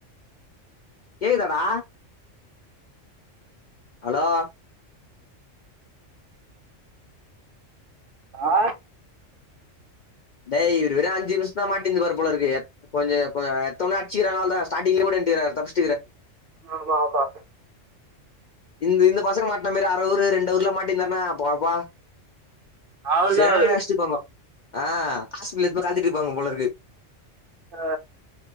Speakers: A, on the left (about 55°); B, on the right (about 55°).
A: கேக்குதாடா ஹலோ
B: ஆ
A: டேய் இவரு வெறு அஞ்சி நிமிஷந்தா மாட்டிருந்துருப்பாரு போலருக்கு கொஞ்ச கொஞ்ச எடுத்தோன அடிச்சிக்கிற அவளே தா ஸ்டார்ட்டிங்ல கூட இருத்துக்குறாரு தப்பிச்
B: ஆமா ஆமா
A: இந்த இந்த பசங்க மாட்ன மாரி அர ஊர் ரெண்டு ஊர்லா மாட்டிருந்தாருன்னா பாப் பா
B: அவன்
A: செரியான
B: தான் அவரு
A: அச்சிருப்பாங்கோ ஆ ஹாஸ்பிட்டல் எடுத்து போய் காத்திட்ருப்பாங்க போல இருக்கு
B: ஆ